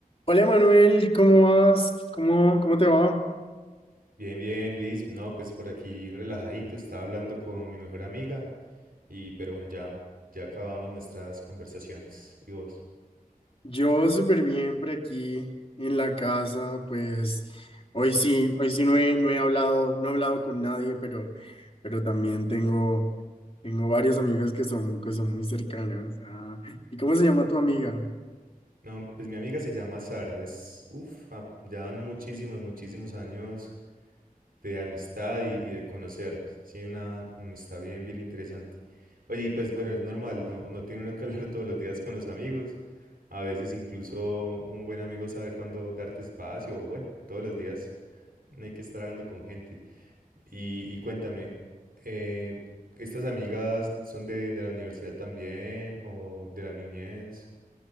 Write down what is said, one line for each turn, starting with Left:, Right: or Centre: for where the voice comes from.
Left: Hola Manuel, ¿cómo vas? ¿Cómo, cómo te va?
Right: Bien, bien, Liz. No, pues por aquí relajadito, estaba hablando con mi mejor amiga y pero bueno, ya, ya acabamos nuestras conversaciones. ¿Y vos?
Left: Yo súper bien por aquí en la casa, pues hoy sí, hoy sí no he, no he hablado, no he hablado con nadie, pero, pero también tengo, tengo varias amigas que son, que son muy cercanas. Ah, ¿y cómo se llama tu amiga?
Right: No, pues mi amiga se llama Sara, es, uff, ya van muchísimos, muchísimos años de amistad y, y de conocernos. Así una amistad bien, bien interesante. Oye, y pues bueno, es normal, no, no tiene uno que <laughs> hablar todos los días con los amigos. A veces incluso un buen amigo sabe cuándo darte espacio, o bueno, todos los días no hay que estar hablando con gente. Y, y cuéntame, eh, ¿estas amigas son de, de la universidad también o de la niñez?